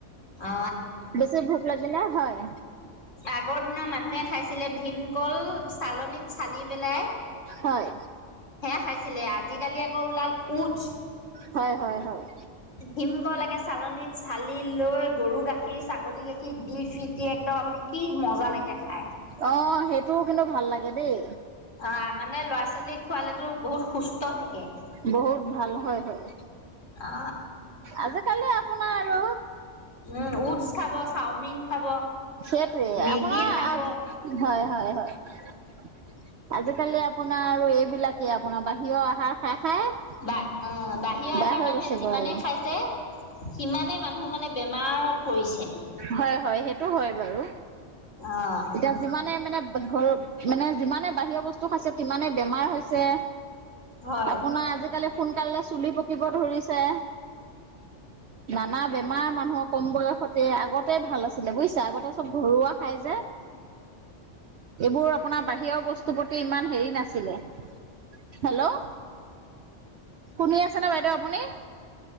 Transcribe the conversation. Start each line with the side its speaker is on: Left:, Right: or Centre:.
Left: অ
Right: বেছি ভোক লাগিলে হয়।
Left: আগ দিন মানুহে খাইছিলে ভীম- কল চালনীত চালি পেলাই-
Right: হয়
Left: খাইছিলে, আজিকালি আকৌ ওলাল উটচ।
Right: হয় হয় হয়।
Left: ভীমকল একে চালনীত চালি লৈ গৰু গাখীৰ, ছাগলী গাখীৰ দি ফিটি একদম আপুনি কি মজা লাগে খাই।
Right: অ' সেইটোও কিন্তু ভাল লাগে দেই।
Left: আ মানে ল'ৰা-ছোৱালীক খোৱালেটো বহুত সুস্ত থাকে।
Right: বহুত ভাল হয় হয়।
Left: অ
Right: আজিকালি আপোনা আৰু
Left: উম উটছ খাব, চাওমিন খাব।
Right: সেইটোৱে
Left: মেগী
Right: আপোনাৰ
Left: খাব
Right: আ হয় হয় হয় আজিকালি আপোনা আৰু এইবিলাকে আপোনা বাহিয় আহাৰ খাই খাই।
Left: বা অ' বাহিয়া
Right: বেয়া
Left: আহাৰ
Right: হৈ
Left: মানুহে
Right: গৈছেগৈ
Left: যিমানে
Right: আৰু
Left: খাইছে সিমানে মানুহ মানে বেমাৰত পৰিছে
Right: হয় হয়, সেইটো হয় বাৰু।
Left: অ'
Right: এতিয়া যিমানে মানে ঘৰ মানে যিমানে বাহিৰৰ বস্তু খাইছে তিমানে বেমাৰ হৈছে।
Left: হয়
Right: আপোনাৰ আজিকালি সোনকালে চুলি পকিব ধৰিছে। নানা বেমাৰ মানুহৰ কম বয়সত। তে আগতে ভাল আছিলে বুইছা আগতে চব ঘৰুৱা খাই যে। এইবোৰ আপোনা বাহিৰৰ বস্তুৰ প্ৰতি ইমান হেৰি নাছিলে। হেল্ল' শুনি আছে নে বাইদেউ আপুনি?